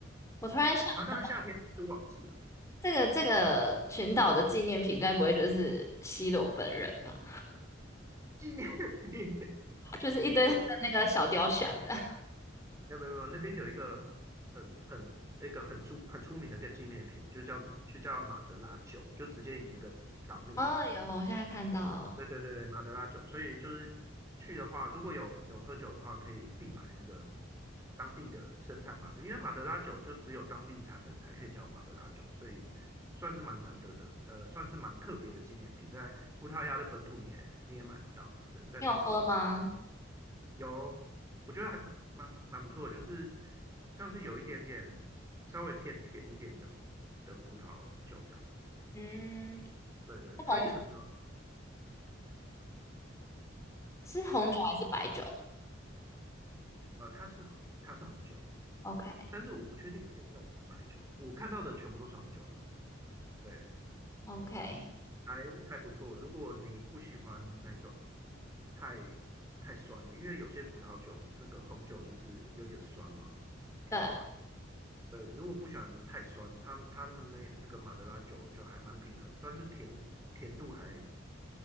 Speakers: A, on the left (about 15°); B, on the right (about 15°).
A: 我突然想到。
B: 对啊，啊，当然夏天是旺季啊，
A: 这个这个群岛的纪念品，该不会就是西罗本人吧？
B: 纪念品，<laughs>
A: <laughs> 就是一堆他的那个小雕像这样。
B: 因为我没有没有没有，那边有一个很很那个很出很出名的一个纪念品，就叫就叫马德拉酒，就直接以那个岛命名。
A: <laughs> 哦，有，我现在看到。
B: 对对对对，马德拉酒。所以就是去的话，如果有有喝酒的话，可以必买那个当地的生产马德，因为马德拉酒就只有当地产的才可以叫马德拉酒，所以算是蛮难得的，呃，算是蛮特别的纪念品，在葡萄牙的本土你也你也买不到，只能在当地买。
A: 你有喝吗？
B: 有，我觉得还蛮蛮不错的，就是像是有一点点稍微偏甜一点的的葡萄酒这样子。
A: 嗯，
B: 对对，
A: 是红
B: 它也是葡萄，
A: 是红酒还是白酒
B: 对，呃，它是红，它是红酒，
A: ？OK
B: 但是我不确定有没有白酒，我看到的全部都是红酒了。对，
A: OK，
B: 还还不错。如果你不喜欢那种太太酸的，因为有些葡萄酒那个红酒就是有点酸嘛，偏酸。
A: 对，
B: 对，如果不喜欢太酸，他们他们那那个马德拉酒就还蛮平衡，算是甜甜度还